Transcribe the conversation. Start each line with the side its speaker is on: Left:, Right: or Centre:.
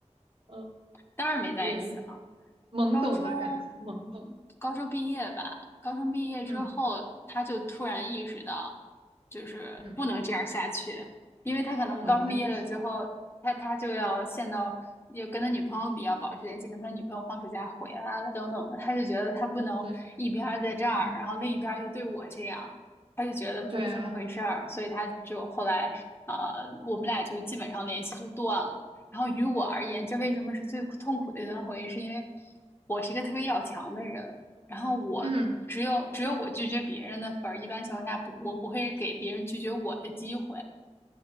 Right: 嗯
Left: 当然没在一起了。
Right: 呃有一懵懂的感觉，
Left: 高中，
Right: 懵懂，
Left: 高中毕业吧。高中毕业之后，
Right: 嗯
Left: 他就突然意识到，就是不能这样下去，
Right: 嗯，
Left: 因为他可能刚毕业了之后，
Right: 哦，他也是，
Left: 他他就要陷到，
Right: 嗯，
Left: 又跟他女朋友比较保持联系，跟他女朋友放暑假回来了等等的，他就觉得他不能一边儿在这儿，
Right: 对，嗯，
Left: 然后另一边儿又对我这样，他就觉得不是这么回事儿，
Right: 对啊，
Left: 所以他就后来，呃，我们俩就基本上联系就断了。然后于我而言，这为什么是最痛苦的一段回忆？是因为我是一个特别要强的人，然后我只有只有我拒绝别人的份儿，
Right: 嗯，
Left: 一般情况下不，我不会给别人拒绝我的机会。